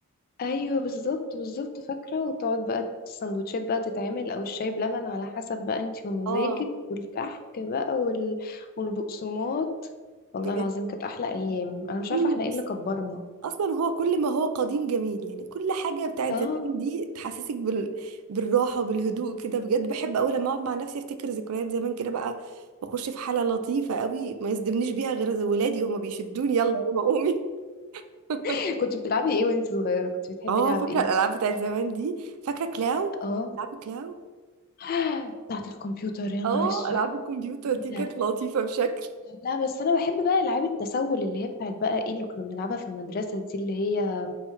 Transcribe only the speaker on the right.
اه
بجد
كل
بص
اصلا هو كل ما هو قديم جميل يعني كل حاجة بتاعت
زمان دي تحسسك بال... بالراحة وبالهدوء كده بجد بحب قوي لما اقعد مع نفسي افتكر ذكريات زمان كده بقى واخش في حالة لطيفة قوي ما يصدمنيش بيها غير ولادي هما بيشدوني يلا يا ماما قومي <laughs>
اه
فاكره
الالعاب بتاعت زمان دي فاكره كلاو
العاب كلاو
اه
العاب
الكمبيوتر
دي
كانت لطيفه بشكل